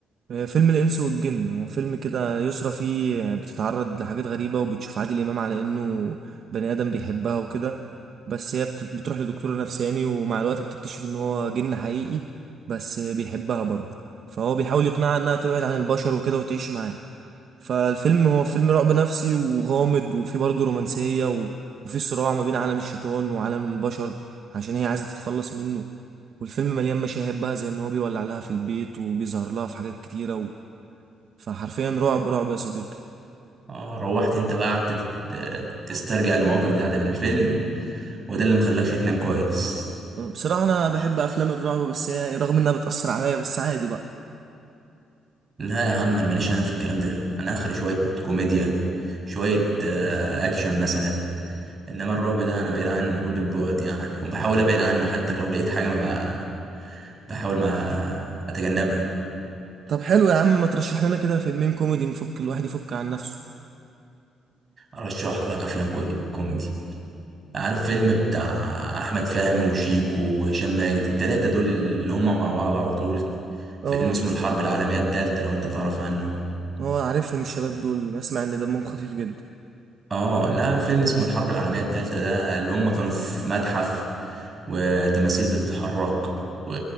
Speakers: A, on the right (about 60°); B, on the right (about 35°).
A: آه، فيلم الإنس والجن هو فيلم كده يسرى فيه آه، بتتعرض لحاجات غريبة وبتشوف عادل إمام على إنه بني آدم بيحبها وكده بس هي بت- بتروح لدكتور نفساني ومع الوقت بتكتشف إن هو جن حقيقي بس بيحبها برضه فهو بيحاول يقنعها إنها تبعد عن البشر وكده وتعيش معاه فالفيلم هو فيلم رعب نفسي وغامض وفيه برضه رومانسية و- وفيه صراع ما بين عالم الشيطان وعالم البشر عشان هي عايزة تتخلص منه والفيلم مليان مشاهد بقى زي ان هو بيولع لها في البيت وبيظهر لها في حاجات كتيرة و... فحرفيا رعب رعب يا صديقي
B: اه روحت انت بقى قعدت تت- تسترجع المواقف بتاعت الفيلم وده اللي مخلاكش تنام كويس
A: بصراحة انا بحب افلام الرعب بس هي رغم انها بتأثر عليا بس عادي بقى
B: لا يا عم انا ماليش انا في الكلام ده انا اخري شويه كوميديا شويه آه، اكشن مثلا انما الرعب ده انا بعيد عنه كل البعد يعني وبحاول ابعد عنه حتى لو لقيت حاجه ما بقى بحاول ما اتجنبها
A: طب حلو يا عم ما ترشح لنا كده فيلمين كوميدي نفك الواحد يفك عن نفسه
B: ارشح لك افلام كوميدي كوميدي عارف فيلم بتاع احمد فهمي وشيكو وهشام ماجد التلاتة دول اللي هما مع بعض على طول فيلم
A: اه
B: اسمه الحرب العالميه التالتة لو انت تعرف عنه
A: اه عارفهم الشباب دول اسمع ان دمهم خفيف جدا
B: اه لا فيلم اسمه الحرب العالمية التالتة ده اللي هم كانوا في متحف وتماثيل بتتحرك و...